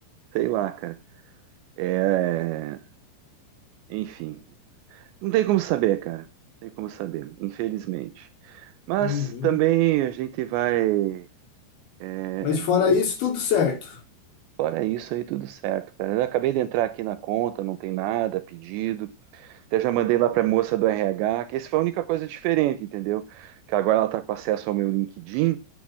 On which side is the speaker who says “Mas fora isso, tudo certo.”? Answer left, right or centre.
Left